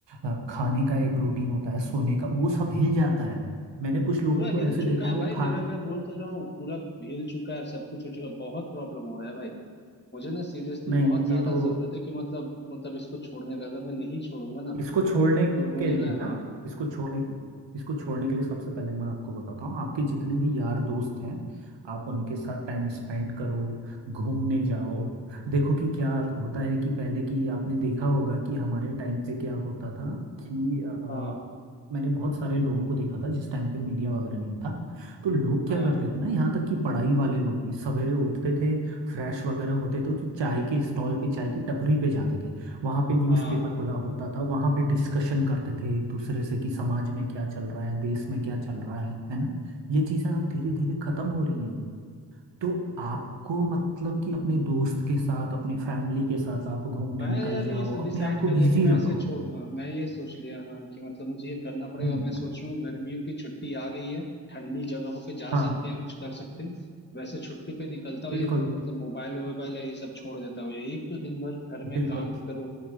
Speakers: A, on the right; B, on the left.
A: अ, खाने का एक रूटीन होता है सोने का वो सब हिल जाता है मैंने कुछ लोगों
B: पूरा
A: को
B: हिल
A: ऐसे
B: चुका
A: देखा
B: है
A: है वो
B: भाई
A: खाते
B: मेरा मैं बोल तो रहा हूँ पूरा हिल चुका है सब कुछ हो चुका है बहुत प्रॉब्लम हो रहा है भाई मुझे ना सीरियसली
A: नहीं
B: बहुत ज्यादा
A: ये तो
B: जरूरत है कि मतलब मतलब इसको छोड़ने का अगर मैं नहीं छोड़ूंगा ना
A: इसको छोड़ने
B: तो
A: के
B: मुझे
A: लिए
B: ना
A: ना
B: हाँ
A: इसको छोड़ने इसको छोड़ने के लिए सबसे पहले मैं आपको बताता हूँ आपके जितने भी यार दोस्त हैं आप उनके साथ टाइम स्पेंड करो घूमने जाओ देखो कि क्या होता है कि पहले की आपने देखा होगा कि हमारे टाइम पे क्या होता था कि अ,
B: हाँ
A: मैंने बहुत सारे लोगों को देखा था जिस टाइम पे मीडिया वगैरह नहीं था तो लोग क्या
B: हाँ
A: करते थे ना यहाँ तक कि पढ़ाई वाले लोग भी सवेरे उठते थे फ्रेश वगैरह होते थे तो चाय के स्टॉल पे चाय की टपरी पे जाते थे वहां पे न्यूज़पेपर
B: हाँ
A: खुला होता था वहां पे डिस्कशन करते थे एक दूसरे से कि समाज में क्या चल रहा है देश में क्या चल रहा है है ना ये चीजें अब धीरे धीरे खत्म हो रही हैं तो आपको मतलब कि अपने दोस्त के साथ अपने फैमिली के साथ आप घूमने
B: मैं
A: निकल
B: यार
A: जाओ
B: ये डिसाइड
A: अपने आप को
B: कर लिया
A: बिजी
B: कि मैं
A: रखो
B: इसे छोड़ दूंगा मैं ये सोच लिया हाँ कि मतलब मुझे ये करना पड़ेगा
A: हम्म
B: मैं सोच रहा हूँ गर्मियों की छुट्टी आ गई है ठंडी जगहों पे जा
A: हाँ
B: सकते हैं कुछ कर सकते हैं वैसे छुट्टी पे निकलता हूँ
A: बिल्कुल
B: ये रु- मतलब मोबाइल वोबाइल है ये सब छोड़ देता हूँ ये एक तो दिन भर घर में
A: बिल्कुल
B: काम करो